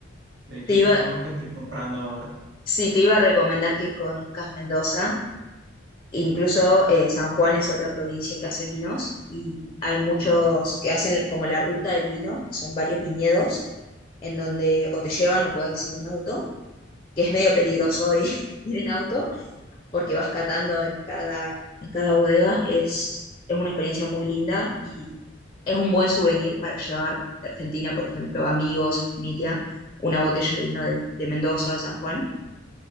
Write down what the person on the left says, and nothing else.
Te
iba,
sí, te iba a recomendar que conozcas Mendoza. Incluso eh, San Juan es otra provincia que hace vinos y hay muchos
que hacen como la ruta del vino, son varios viñedos en donde o te llevan o puedes ir en auto, que es medio peligroso hoy <laughs> ir en auto porque vas catando en cada, en cada bodega. Es, es una experiencia muy linda y es un buen souvenir para llevar de Argentina, por ejemplo, a amigos, a familia, una botella de vino de, de Mendoza o de San Juan.